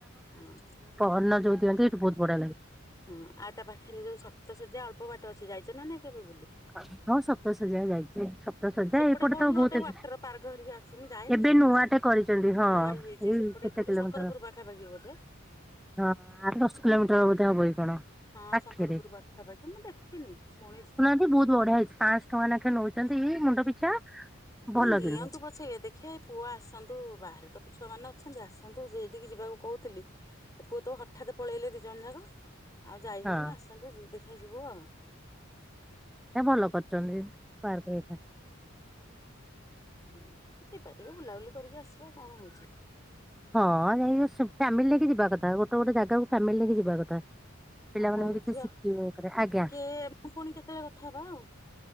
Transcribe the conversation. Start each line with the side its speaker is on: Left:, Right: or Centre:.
Left: ହଁ।
Centre: ଅନ ଯଉ ଦିଅନ୍ତି ଏଠୁ ବହୁତ ବଢିଆ ଲାଗେ।
Left: ହଁ ଆଉ ତା ପାଖରେ ଯୋଉ ସପ୍ତ ଶଯ୍ୟା ଅଳ୍ପ ବାଟ ଅଛି ଯାଇଛ ନା ନାଇ କେବେ ବୁଲି।
Centre: ହଁ ସପ୍ତସଯ୍ୟା ଯାଇଛି। ଦଶ ହଜାର
Left: ସେପଟେ
Centre: ଏପଟେ
Left: କୋଉଠି
Centre: ତ
Left: ଗୋଟେ
Centre: ବହୁତ
Left: ୱାଟର ପାର୍କ ହେରିକା ଅଛି ମୁଁ ଯାଇନି
Centre: ଏବେ
Left: ଶୁଣିଛି।
Centre: ନୂଆଟେ କରିଛନ୍ତି ହଁ।
Left: ନୂଆ ହେଇଛି
Centre: ଏଇ
Left: ସେପଟେ
Centre: କେତେ
Left: କୋଉଠି
Centre: କିଲୋମିଟର
Left: ଶଙ୍କରପୁର ପାଖାପାଖି ବୋଧେ
Centre: ହଁ ଆଠ ଦଶ କିଲୋମିଟର ବୋଧେ ହବ କି କଣ?
Left: ହଁ
Centre: ପାଖରେ।
Left: ଶଙ୍କରପୁର ପାଖାପାଖି ମୁଁ ଦେଖିନି ଶୁଣିଛି।
Centre: ସେ ବହୁତ ବଢିଆଇଛି ପାଞ୍ଚଶହଟଙ୍କା ନେଖେ ନେଉଛନ୍ତି ମୁଣ୍ଡ ପିଛା। ଭଲ
Left: ହଁ ନିଅନ୍ତୁ
Centre: କିନ୍ତୁ।
Left: ପଛ ଏ ଦେଖିବା ପୁଅ ଆସନ୍ତୁ ବାହାରେ ତ ଛୁଆମାନେ ଅଛନ୍ତି ଆସନ୍ତୁ ସେଠିକି ଯିବାକୁ କହୁଥିଲି। ପୁଅ ତ ହଠାତ୍ ପଳେଇଲେ ଦିଜଣ ଯାକ। ଆଉ ଯାଇ
Centre: ହଁ
Left: ହଉନି ଆସନ୍ତୁ ଦେଖିବା ଯିବୁ ଆଉ।
Centre: ଏଟା ଭଲ କରିୁଛନ୍ତି ପାର୍କରେ ଏଇଟା
Left: ହଁ ଯିବା ଟିକେ ବୁଲାବୁଲି କରିକି ଆସିବା କଣ ହଉଛି?
Centre: ହଁ ଯାଇ ଫ୍ୟାମିଲି ନେଇକି ଯିବା କଥା ଗୋଟେ ଗୋଟେ ଜାଗାକୁ ଫ୍ୟାମିଲି ନେଇକି ଯିବା କଥା। ପିଲାମାନେ
Left: ଆଉ ହଉ
Centre: ବି
Left: ଝିଅ
Centre: କିଛି ଶିଖିବେ କରେ ଆଜ୍ଞା।
Left: ଟିକେ ମୁଁ ପୁଣି କେତେବେଳେ କଥା ହବା ଆଉ